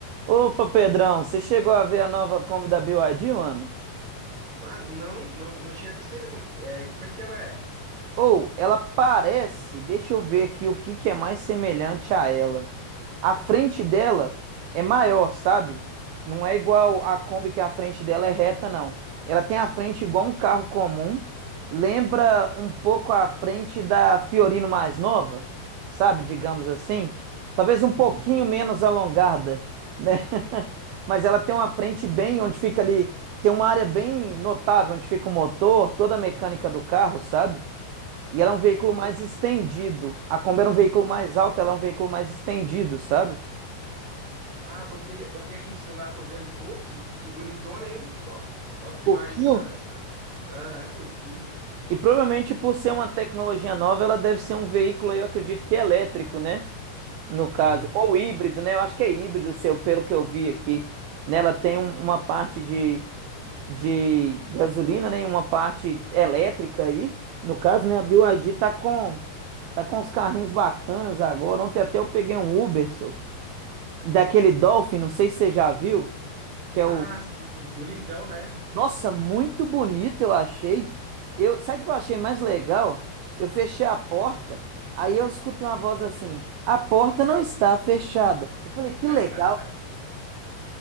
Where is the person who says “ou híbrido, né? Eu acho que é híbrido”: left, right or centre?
Right